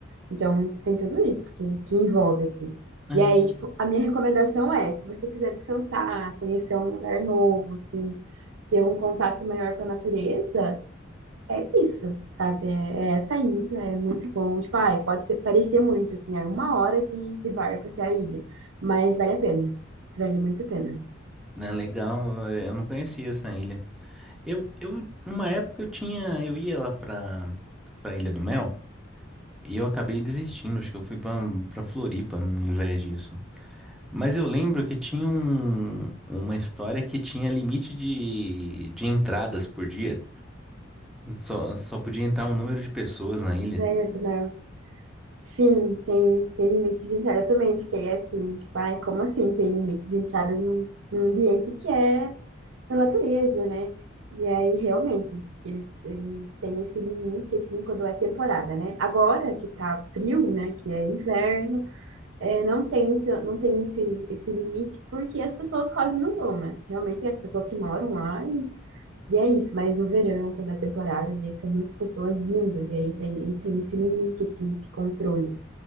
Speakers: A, on the right; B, in the centre.
A: Então, tem tudo isso que, que envolve, assim.
B: Ah.
A: E aí, tipo, a minha recomendação é, se você quiser descansar, conhecer um lugar novo, assim, ter um contato maior com a natureza, É isso, sabe? É, é essa ilha, é muito bom. Tipo, ai, pode ser, parecer muito, assim, é uma hora de, de barco até a ilha, mas vale a pena. Vale muito a pena.
B: Né, legal, eu não conhecia essa ilha. Eu, eu, numa época eu tinha, eu ia lá pra, pra Ilha do Mel e eu acabei desistindo, acho que eu fui pra, pra Floripa no invés disso. Mas eu lembro que tinha um, uma história que tinha limite de, de entradas por dia. Só, só podia entrar um número de pessoas na ilha.
A: Né, Netanel? Sim, tem, tem limites de entrada. Eu também fiquei assim, tipo, ai, como assim tem limites de entrada num, num ambiente que é da natureza, né? E aí, realmente, eles, eles têm esse limite, assim, quando é temporada, né? Agora que tá frio, né, que é inverno, é, não tem, tan- não tem esse, esse limite, porque as pessoas quase não vão, né? Realmente é as pessoas que moram lá e, e é isso, mas no verão, quando é temporada, daí são muitas pessoas indo, e aí tem, eles têm esse limite, assim, esse controle.